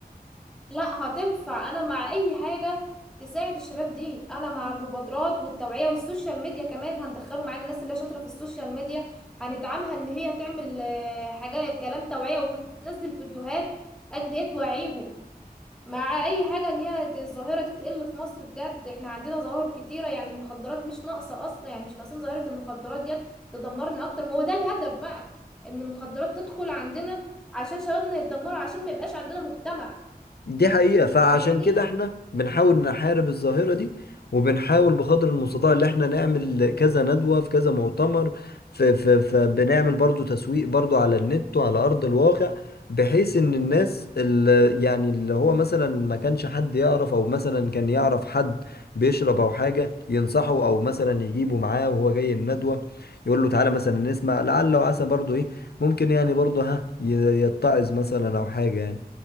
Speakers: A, in the centre; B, on the left (about 85°).
A: لا هتنفع انا مع اي حاجة تساعد الشباب دي انا مع المبادرات والتوعية والسوشيال ميديا كمان هندخله معانا الناس اللي هي شاطرة في السوشيال ميديا هندعمها ان هي تعمل آه، حاجات كلام توعية وتنزل فيديوهات قد ايه توعيهم مع اي حاجة ان هي ت- الظاهرة دي تقل في مصر بجد احنا عندنا ظواهر كتيرة يعني المخدرات مش ناقصة اصلا يعني مش ناقصين ظاهرة المخدرات ديت تدمرنا اكتر ما هو ده الهدف بقى ان المخدرات تدخل عندنا عشان شبابنا يتدمروا عشان ما يبقاش عندنا مجتمع
B: دي حقيقة فعشان
A: انت فاهمني
B: كده احنا بنحاول نحارب الظاهرة دي وبنحاول بقدر المستطاع اللي احنا نعمل كذا ندوة في كذا مؤتمر ف- ف- فبنعمل برضو تسويق برضو على النت وعلى أرض الواقع بحيث ان الناس اللي يعني اللي هو مثلا ما كانش حد يعرف او مثلا كان يعرف حد بيشرب او حاجة ينصحه او مثلا يجيبه معاه وهو جاي الندوة يقول له تعالى مثلا نسمع لعل وعسى برضو ايه ممكن يعني برضو ها ي- يتعظ مثلا او حاجة يعني